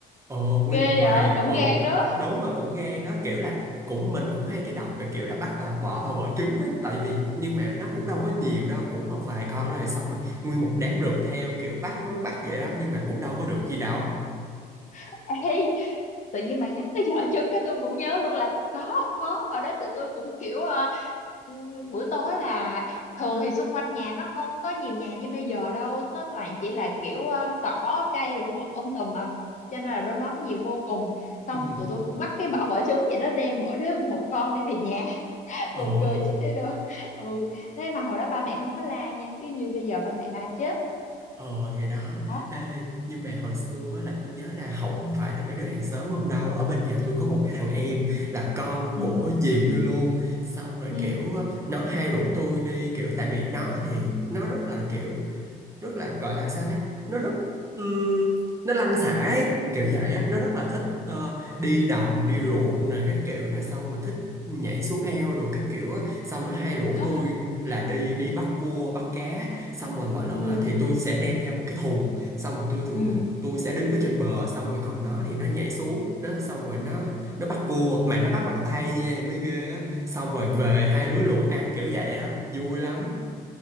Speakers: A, on the right (about 15°); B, on the left (about 45°).
A: Ờ, nguyên
B: ghê
A: một bài
B: vậy cũng
A: ừ
B: gan đó
A: đúng rồi cũng gan đó kiểu là cũng mình cũng hay cái đọc về kiểu là bắt vào bỏ vào vỏ trứng á tại vì nhưng mà nó cũng đâu có nhiều đâu cũng một vài con rồi xong rồi nguyên một đám rượt theo kiểu bắt bắt, bắt vậy đó nhưng mà cũng đâu có được gì đâu
B: <laughs> ê tự nhiên bà nhắc tới giỏ trứng cái tôi cũng nhớ luôn là có có hồi đó tụi tôi cũng kiểu ờ, ừm, buổi tối là thường thì xung quanh nhà nó không có nhiều nhà như bây giờ đâu nó toàn chỉ là kiểu ờ, cỏ cây rồi mọc um tùm mà cho nên là đom đóm nhiều vô cùng xong
A: ừ
B: tụi tôi cũng bắt cái bỏ vỏ trứng vậy đó đem mỗi đứa một con đem về nhà
A: ờ
B: buồn cười chết đi được ừ thế mà hồi đó ba mẹ không có la nha chứ như bây giờ ba mẹ la chết
A: ờ thì đó
B: đó
A: ê nhưng mà hồi xưa á là tôi nhớ là không phải là mấy đứa hàng xóm không đâu ở bên nhà tôi có một cái thằng em là con
B: ừ
A: của dì tôi luôn xong rồi
B: ừ
A: kiểu á, nó hay rủ tôi đi kiểu tại vì nó thì nó rất là kiểu rất là gọi là sao ta nó rất ừm, nó lăn xả ấy, kiểu vậy á nó rất là thích ờ, đi đồng đi ruộng nè các kiểu nè xong rồi thích nhảy xuống eo đồ các kiểu á xong nó hay rủ
B: <laughs>
A: tôi là đi đi bắt cua bắt cá xong rồi mỗi lần
B: ừ
A: á thì tôi sẽ đem theo một cái thùng xong rồi tôi thường
B: ừ
A: tôi sẽ đứng ở trên bờ xong rồi còn nó thì nó nhảy xuống nó xong rồi nó nó bắt cua mà nó bắt bằng tay nha mới ghê á xong rồi về hai đứa luộc ăn kiểu vậy á vui lắm